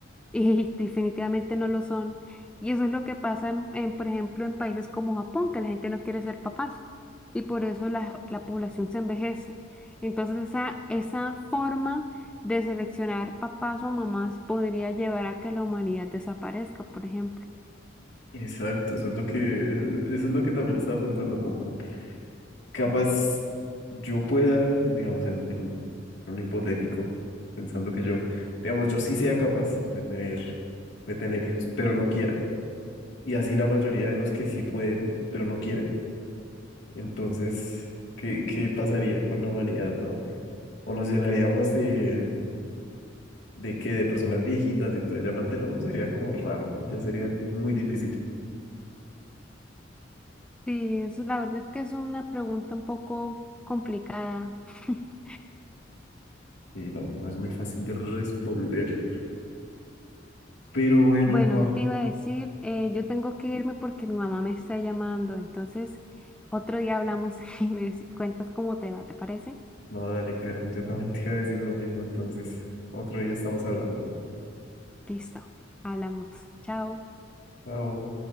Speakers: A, in the centre; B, on the left.
A: Y <laughs> definitivamente no lo son. Y eso es lo que pasa, en, en, por ejemplo, en países como Japón, que la gente no quiere ser papás. Y por eso la, la población se envejece. Entonces esa, esa forma de seleccionar papás o mamás podría llevar a que la humanidad desaparezca, por ejemplo.
B: Exacto, eso es lo que, e-, eso es lo que también estaba pensando, como capaz yo pueda, digamos, en, en un hipotético, pensando que yo, digamos, yo sí sea capaz de tener, de tener hijos, pero no quiera. Y así la mayoría de los que sí pueden, pero no quieren. Entonces, ¿qué, qué pasaría con la humanidad, no? O nos llenaríamos de, de que de personas viejitas, y entonces ya mantenerlo sería como raro, ya sería muy difícil.
A: Sí, eso, la verdad es que es una pregunta un poco complicada. <laughs>
B: Y no, no es muy fácil de responder. Pero bueno,
A: Bueno,
B: pa,
A: yo te iba a decir, eh, yo tengo que irme porque mi mamá me está llamando, entonces otro día hablamos <laughs> y me dec- cuentas cómo te va, ¿te parece?
B: no, dale, Karen, yo también te iba a decir lo mismo, entonces otro día estamos hablando.
A: Listo, hablamos. Chao.
B: Chao.